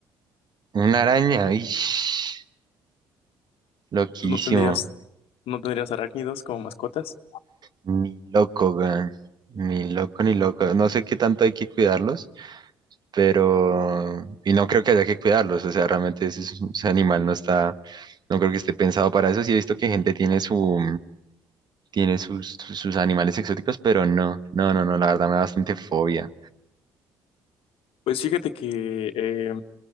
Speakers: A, on the right; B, on the left.
A: Una araña. ish. Loquísimo.
B: ¿Tú no tendrías, no tendrías arácnidos como mascotas?
A: Ni loco, weón. Ni loco, ni loco. No sé qué tanto hay que cuidarlos, pero... Y no creo que haya que cuidarlos. O sea, realmente ese, es- ese animal no está... No creo que esté pensado para eso. Sí he visto que gente tiene su... Tiene sus, sus sus animales exóticos, pero no. No, no, no. La verdad me da bastante fobia.
B: Pues fíjate que, eh,